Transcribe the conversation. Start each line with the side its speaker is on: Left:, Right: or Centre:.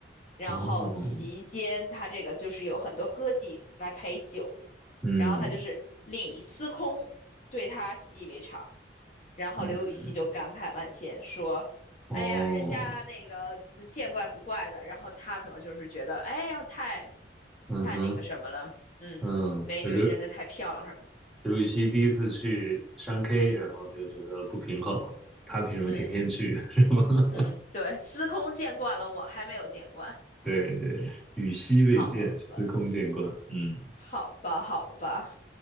Left: 然后期间他这个就是有很多歌妓来陪酒，
Centre: 哦，嗯
Left: 然后他就是李司空对他习以为常，然后刘禹锡就感慨万千说。
Centre: 嗯，哦，
Left: 哎呀，人家那个呃见怪不怪的，然后他可能就是觉得，哎呀，太
Centre: 嗯哼，
Left: 太那个什么了，嗯，
Centre: 嗯，
Left: 美女真的太漂亮什么的，
Centre: 就刘，刘禹锡第一次去商 K，然后就觉得不平衡了他凭什么天天去，
Left: 嗯
Centre: <laughs> 是吗？
Left: 嗯，对，司空见惯了我，还没有见惯，
Centre: 对对，与昔未见，
Left: 好吧，
Centre: 司空见惯。嗯，
Left: 好吧，好吧，